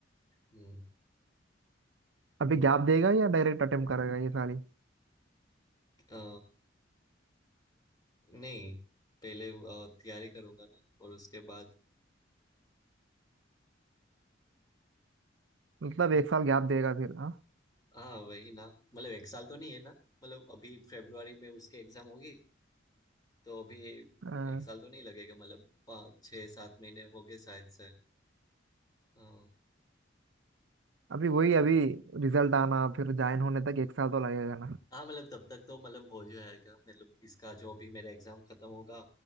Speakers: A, on the left (about 20°); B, on the right (about 75°).
A: हम्म,
B: अभी गैप देगा या डायरेक्ट अटेम्प्ट करेगा ये साल ही
A: अ, नहीं पहले अ, तैयारी करूंगा ना और उसके बाद
B: मतलब एक साल गैप देगा फिर हाँ
A: हाँ वही ना मतलब एक साल तो नहीं है ना मतलब अभी फरवरी में उसके एग्जाम होगी तो अभी
B: अ,
A: एक साल तो नहीं लगेगा मतलब पाँच छः सात महीने हो गए शायद से हाँ।
B: अभी वही अभी रिजल्ट आना फिर ज्वाइन होने तक एक साल तो लगेगा ना
A: हाँ मतलब तब तक तो मतलब हो जाएगा मतलब इसका जो भी मेरा एग्जाम खत्म होगा